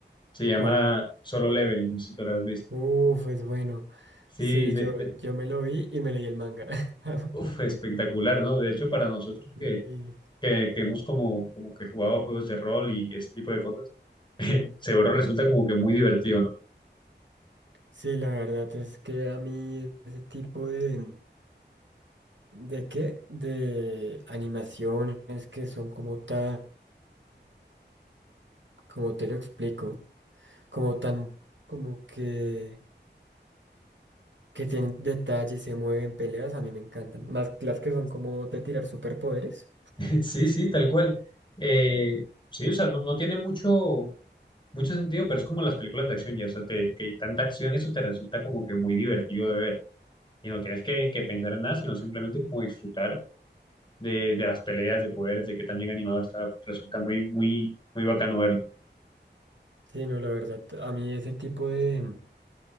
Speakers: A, on the left; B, on the right.
A: Se llama
B: ¿Cuál?
A: Solo Level, no sé si tú lo has visto.
B: Uf, es bueno.
A: Sí,
B: Sí,
A: de,
B: yo,
A: de-
B: yo me lo vi y me leí el manga. <laughs>
A: uf, espectacular, ¿no? De hecho, para nosotros
B: Y-
A: que,
B: y-
A: que, que hemos como, como que jugado juegos de rol y ese tipo de cosas, seguro resulta como que muy divertido, ¿no?
B: sí, la verdad es que a mí ese tipo de... ¿De qué? De animaciones que son como tan... ¿Cómo te lo explico? Como tan, como que, que tienen detalles, se mueven, peleas, a mí me encantan. Más las que son como de tirar superpoderes.
A: <laughs> Sí, sí, tal cual. Eh, sí, o sea, no, no tiene mucho, mucho sentido, pero es como las películas de acción, ya, o sea, te- que tanta acción, eso te resulta como que muy divertido de ver. y no tienes que, que pensar en nada, sino simplemente como disfrutar de, de las peleas de poderes, de que también animado está, resulta muy, muy, muy bacano verlo.
B: Sí, no, la verdad, a mí ese tipo de,